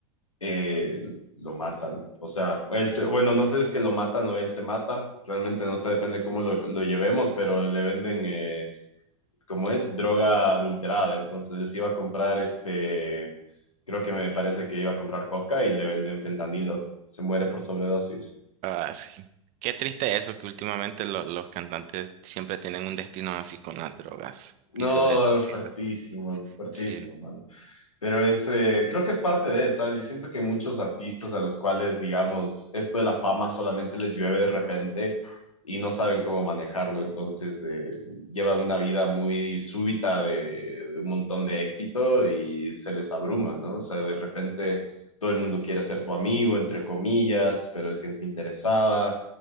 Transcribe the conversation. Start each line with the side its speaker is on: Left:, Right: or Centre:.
Left: eh, lo matan. O sea, él se- bueno, no sé si es que lo matan o él se mata. Realmente no sé, depende cómo lo, lo llevemos, pero le venden, eh, como es, droga adulterada. Entonces iba a comprar este, creo que me parece que iba a comprar coca y le venden fentanilo. Se muere por sobredosis.
Right: Ah, sí. Qué triste eso, que últimamente lo- los cantantes siempre tienen un destino así con las drogas
Left: No,
Right: y sobre todo.
Left: fuertísimo,
Right: esas cosas.
Left: fuertísimo,
Right: Sí,
Left: mano. Pero es, eh, creo que es parte de, ¿sabes? Yo siento que muchos artistas a los cuales, digamos, esto de la fama solamente les llueve de repente y no saben cómo manejarlo, entonces eh, llevan una vida muy súbita de, de un montón de éxito y se les abruma, ¿no? O sea, de repente todo el mundo quiere ser tu amigo, entre comillas, pero es gente interesada,